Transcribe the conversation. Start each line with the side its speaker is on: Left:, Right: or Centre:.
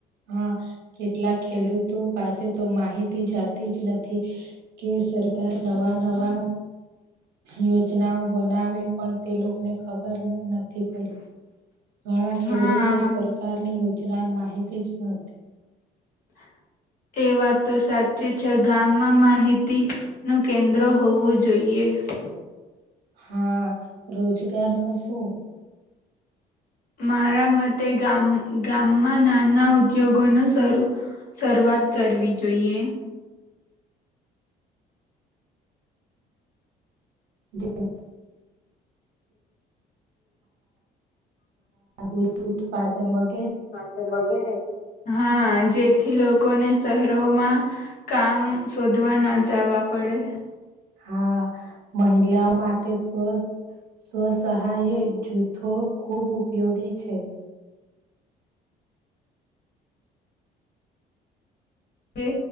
Right: હા કેટલાક ખેડૂતો પાસે તો માહિતી જતી જ નથી, કેસર નવા નવા યોજનાઓ બનાવે પણ તે લોકોને ખબર પર નથી પડતી. ઘણા
Left: હા.
Right: ખેડૂતો સરકારની યોજનાની માહિતી જ નહિ.
Left: <unintelligible> <inaudible> એ વાતો સાચી છે, ગામમાં માહિતીનું કેન્દ્ર હોવું જોઈએ. <unintelligible> <inaudible>
Right: હા રોજગાર નું શું?
Left: મારા મતે ગામમાં નાના ઉદ્યોગોનો શવાત વાત કરવી જોઈએ.
Right: જ <inaudible> દૂધ ઉત્પાદન વગ
Left: હા સર વગેરે હા જેથી લોકોને શહેરોમાં કામ શોધવા ન જવા. પડે.
Right: હા મહિલાઓ માટે સ્વસત સ્વસહાય જૂથો ખૂબ ઉપયોગી છે.
Left: જે